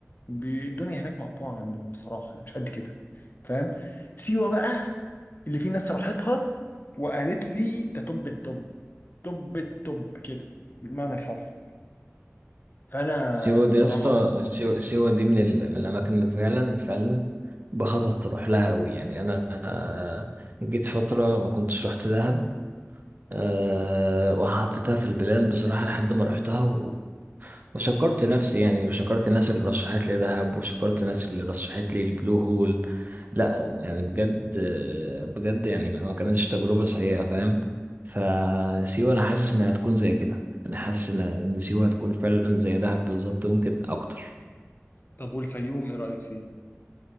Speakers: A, on the left; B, on the right.
A: بي- الدنيا هناك مقطوعه عندهم بصراحه مش قد كده فاهم سيوه بقى اللي في ناس راحتها وقالت لي ده طب الطب طب الطب كده بالمعنى الحرفي فانا
B: سيوه
A: انا الصراحه
B: دي يا اسطى سيوه, سيوه دي من, ال... من الاماكن اللي فعلا فعلا بخطط اروح لها قوي يعني انا آه، جيت فتره ما كنتش رحت دهب أه وحطيتها في البلان بصراحه لحد ما رحتها و... وشكرت نفسي يعني وشكرت الناس اللي رشحت لي دهب وشكرت الناس اللي رشحت لي البلو هول لا يعني بجد بجد يعني ما كانتش تجربة سيئة فاهم فسيوة أنا حاسس إنها هتكون زي كده أنا حاسس إن إن سيوة هتكون فعلا زي دهب بالظبط ممكن أكتر
A: طب والفيوم ايه رايك فيه؟